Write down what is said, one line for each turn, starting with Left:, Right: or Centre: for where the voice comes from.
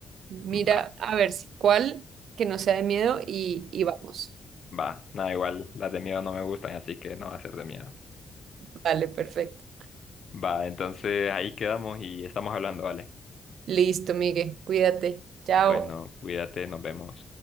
Right: Mira,
Left: Va,
Right: a ver si cuál que no sea de miedo y, y vamos.
Left: va. Nada, igual, las de miedo no me gustan, así que no va a ser de miedo.
Right: Vale, perfecto.
Left: Va, entonces ahí quedamos y estamos hablando, vale
Right: Listo, Miguel, cuídate. Chao.
Left: Bueno, cuídate, nos vemos.